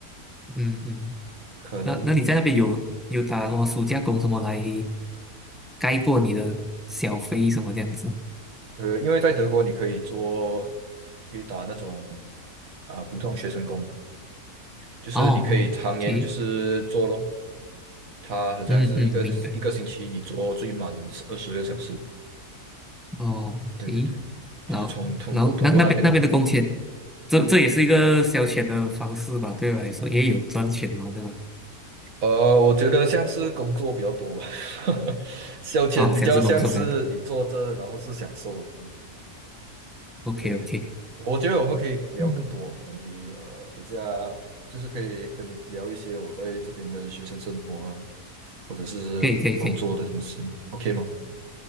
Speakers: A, in the centre; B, on the right.
A: 嗯嗯。
B: 可能
A: 那那你在那边有有打什么暑假工什么来盖过你的小费什么这样子？
B: 呃，因为在德国你可以做，可以打那种啊、普通学生工嘛，就是你可以常年就是做咯，
A: 哦，OK，
B: 他好像是一个一个星期你做最满二十个小时，
A: 嗯嗯，明白。哦，OK。
B: 对对对，
A: 然后然后那那边那边的工钱，
B: 就是从通过通过那边咯。
A: 这这也是一个消遣的方式吧，对我来说，也有赚钱嘛，对吧？
B: 呃，我觉得像是工作比较多吧，<laughs> 消遣比较像是你坐着，
A: 啊、像是工作多。
B: 然后是享受的。嗯
A: OK
B: 对对对，
A: OK，
B: 我觉得我们可以聊更多关于呃，
A: 嗯，
B: 等下就是可以跟你聊一些我在这边的学生生活啊，或者是工作的东西，OK
A: <laughs> 可以可以可以，
B: 吗？